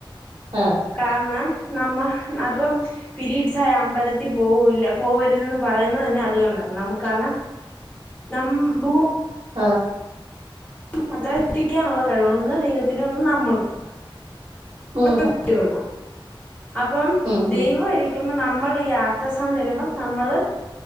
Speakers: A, on the right; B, on the left.
A: ആഹ്
B: കാരണം നമ്മ ഇപ്പം പിരീഡ്സായ അമ്പലത്തിൽ പോവൂല്ല പോവരുതെന്ന് പറയുന്നത് തന്നെ അത് കണ്ടാണ് നമുക്ക് കാരണം നമ് ഭൂ
A: ആഹ
B: മാത്ര സൃഷ്ടിക്കാനുള്ള കഴിവ ഒന്ന് ദൈവത്തിന്റെ ഒന്നും നമ്മൾക്കും
A: ഉം
B: ട്ടികൾക്കും അപ്പം
A: ഉം
B: ദൈവം
A: ഉം
B: ഇരിക്കുമ്പ നമ്മൾ ഈ ആർത്തവ സമം തരുമ്പോൾ നമ്മള്